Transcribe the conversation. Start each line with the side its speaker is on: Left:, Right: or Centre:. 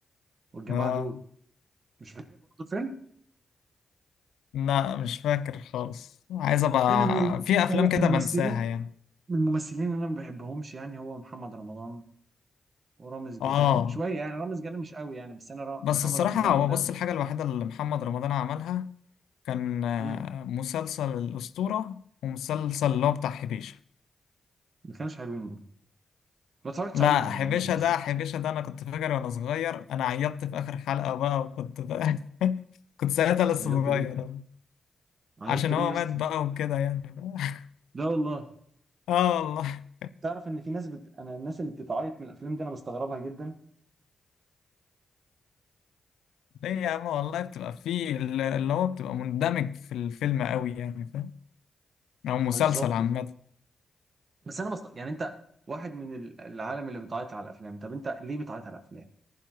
Right: والجماعه
Left: اه
Right: دول مش فاكر برضه الفيلم
Left: لا مش فاكر خالص عايز ابقى
Right: anyway
Left: في افلام
Right: هو
Left: كده
Right: الممثلين
Left: بنساها يعني
Right: من الممثلين اللي انا ما بحبهمش يعني هو محمد رمضان ورامز جلال
Left: اه
Right: شويه يعني رامز جلال مش قوي يعني بس انا را...
Left: بس
Right: محمد
Left: الصراحة
Right: رمضان
Left: هو
Right: ده
Left: بص الحاجة الوحيدة اللي محمد رمضان عملها كان آه،
Right: مم.
Left: مسلسل الأسطورة ومسلسل اللي هو بتاع حبيشة
Right: ما كانوش حلوين برضه ما اتفرجتش
Left: لا
Right: عليهم يعني
Left: حبيشة
Right: عموما
Left: ده حبيشة ده انا كنت فاكر وانا صغير انا عيطت في اخر حلقة بقى وكنت بقى <laughs> كنت ساعتها لسه
Right: عيطت
Left: صغير
Right: ليه عيطت
Left: عشان
Right: ليه
Left: هو
Right: يا
Left: مات
Right: اسطى
Left: بقى وكده يعني <laughs>
Right: لا والله
Left: اه والله
Right: تعرف ان في ناس بت... انا الناس اللي بتتعيط من الافلام دي انا بستغربها جدا
Left: ليه يا عم والله بتبقى فيه اللي هو بتبقى مندمج في الفيلم قوي يعني او مسلسل
Right: بالظبط
Left: عامة
Right: فاهم بس انا بست... يعني انت واحد من ال- العالم اللي بتعيط على الافلام طب انت ليه بتعيط على الافلام